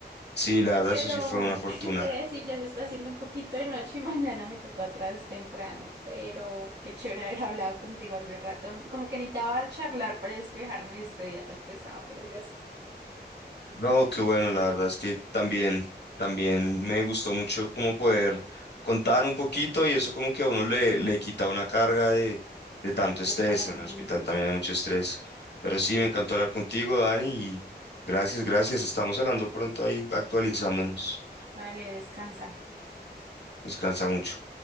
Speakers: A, on the left; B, on the right.
A: Sí, la verdad
B: Pero
A: eso sí fue una fortuna.
B: <laughs> te voy a decir, ya se está haciendo un poquito de noche y mañana me tocó atrás temprano. Pero qué chévere haber hablado contigo hace rato. Como que necesitaba charlar para despejarme de este día tan pesado, pero gracias.
A: No, qué bueno, la verdad es que también, también me gustó mucho como poder contar un poquito y eso como que a uno le, le quita una carga de, de tanto estrés.
B: Totalmente.
A: En el hospital también hay mucho estrés. Pero sí, me encantó hablar contigo, Dani, y gracias, gracias. Estamos hablando pronto ahí, actualizándonos.
B: Dale, descansa.
A: Descansa mucho.